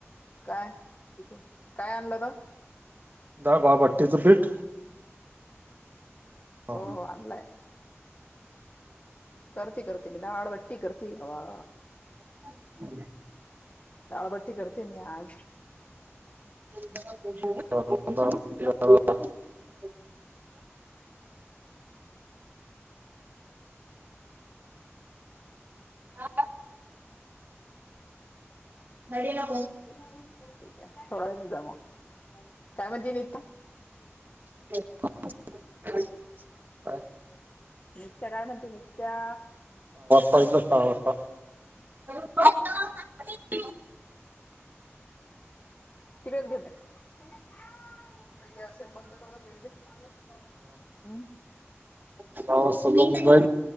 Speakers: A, on the left; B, on the right.
A: काय त काय आणलं र
B: डाल बाभट्टीचं पीठ. हा.
A: हो हो आणलंय. करती करती दाळ वट्टी करती वा
B: <inaudible>
A: दाडबट्टी करते मी आज
B: <inaudible> हा नडी ना
A: ठीक आहे सोडवे नि जा मग काय म्हणजे निता
B: <unintelligible>
A: नत्या काय म्हणती नत्या
B: पहिला सहा वाजता हॅलो मामी
A: तिकडेच घेत पहिले असे ब करून घेऊन
B: हवाल ब